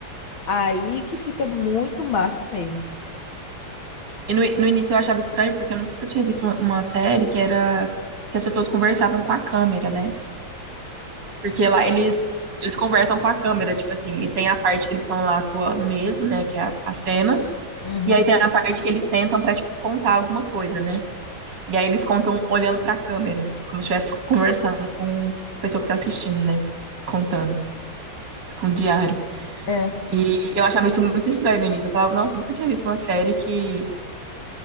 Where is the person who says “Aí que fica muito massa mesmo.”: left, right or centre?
Left